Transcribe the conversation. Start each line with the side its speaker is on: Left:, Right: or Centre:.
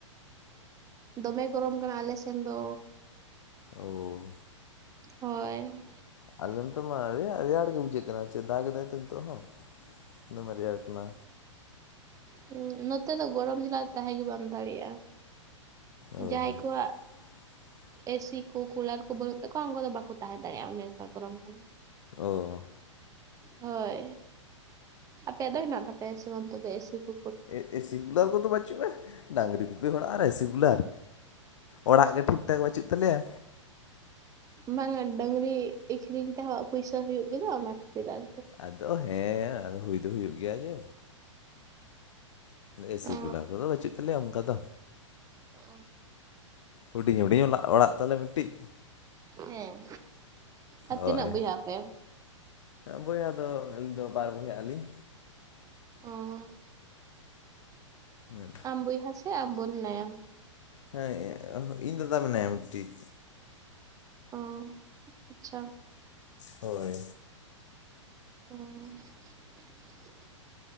Right: ᱫᱚᱢᱮ ᱜᱚᱨᱚᱢ ᱠᱟᱱᱟ ᱟᱞᱮ ᱥᱮᱱ ᱫᱚ᱾
Left: ᱳᱻ
Right: ᱦᱳᱭ᱾
Left: ᱟᱞᱮ ᱱᱚᱛᱮ ᱢᱟ ᱨᱮ ᱨᱮᱭᱟᱲ ᱜᱮ ᱵᱩᱡᱷᱟᱹᱜ ᱠᱟᱱᱟ ᱪᱮᱫ ᱫᱟᱠ ᱫᱟᱭ ᱛᱚ ᱱᱤᱛᱚᱜ ᱦᱚ᱾ ᱫᱚᱢᱮ ᱨᱮᱭᱟᱲ ᱠᱟᱱᱟ᱾
Right: ᱦᱩ ᱱᱚᱛᱮ ᱫᱚ ᱜᱚᱨᱚᱢ ᱡᱮᱞᱟ ᱛᱟᱦᱮᱸ ᱜᱮ ᱵᱟᱢ ᱫᱟᱲᱮᱭᱟᱜᱼᱟ
Left: ᱚ
Right: ᱡᱟᱦᱟᱸᱭ ᱠᱚᱣᱟᱜᱼᱼ
Left: <unintelligible>
Right: ᱮᱥᱤ ᱠᱚ ᱠᱩᱞᱟᱨ ᱠᱚ ᱵᱟᱹᱱᱩᱜ ᱛᱟᱠᱚᱣᱟ ᱩᱱᱠᱩ ᱫᱚ ᱵᱟᱠᱚ ᱛᱟᱦᱮᱸ ᱫᱟᱲᱮᱭᱟᱜᱼᱟ ᱚᱱᱮ ᱚᱱᱠᱟ ᱜᱚᱨᱚᱢ ᱠᱟᱱᱟ᱾
Left: ᱳᱻ
Right: ᱦᱳᱭ ᱟᱯᱮᱭᱟᱜ ᱫᱚ ᱦᱮᱱᱟᱜ ᱛᱟᱯᱮᱭᱟ ᱥᱮ ᱵᱟᱝ ᱮᱥᱤ ᱠᱩ?
Left: ᱮ ᱮᱥᱤ ᱠᱩᱞᱟᱨ ᱠᱚᱫᱚ ᱵᱟᱪᱩᱜᱼᱟ ᱰᱟᱝᱨᱤ ᱜᱩᱯᱤ ᱦᱚᱲᱟᱜ ᱟᱨ ᱮᱥᱤ ᱠᱩᱞᱟᱨ ᱚᱲᱟᱜ ᱜᱮ ᱴᱷᱤᱠ ᱴᱷᱟᱠ ᱵᱟᱪᱩᱜ ᱛᱟᱞᱮᱭᱟ
Right: ᱵᱟᱝ ᱟ ᱰᱟᱝᱨᱤ ᱟᱠᱷᱨᱤᱧ ᱛᱮᱦᱚ ᱯᱩᱭᱥᱟ ᱦᱩᱭᱩᱜ ᱜᱮᱫᱚ ᱚᱱᱟ ᱠᱷᱟᱛᱤᱨ ᱟᱨ
Left: ᱟᱫᱚ ᱦᱮ ᱟᱫᱚ ᱦᱩᱭ ᱫᱚ ᱦᱩᱭᱩᱜ ᱜᱮᱭᱟ ᱡᱮ ᱮᱥᱤ
Right: ᱚ
Left: ᱠᱩᱞᱟᱨ ᱠᱚᱫᱚ ᱵᱟᱪᱩᱜ ᱛᱟᱞᱮᱭᱟ ᱚᱱᱠᱟ ᱫᱚ
Right: ᱚ
Left: ᱦᱩᱰᱤᱧ ᱦᱩᱰᱤᱧ ᱚᱲᱟᱜ ᱛᱟᱞᱮ ᱢᱤᱫᱴᱤᱡ
Right: ᱦᱮᱸ ᱟᱨ
Left: ᱦᱳᱭ
Right: ᱛᱤᱱᱟᱹᱜ ᱵᱚᱭᱦᱟᱜ ᱟᱯᱮ
Left: ᱵᱚᱭᱦᱟ ᱫᱚ ᱟᱹᱞᱤᱧ ᱫᱚ ᱵᱟᱨ ᱵᱚᱭᱦᱟᱜ ᱟᱞᱤᱧ
Right: ᱚ
Left: ᱦᱮ
Right: ᱟᱢ ᱵᱚᱭᱦᱟ ᱥᱮ ᱟᱢ ᱵᱩᱱ ᱢᱮᱱᱟᱭᱟ
Left: ᱦᱮ ᱤᱧ ᱫᱟᱫᱟ ᱢᱮᱱᱟᱭᱟ ᱢᱤᱫᱴᱤᱡ
Right: ᱚ ᱟᱪᱪᱷᱟ
Left: ᱦᱳᱭ
Right: ᱦᱮ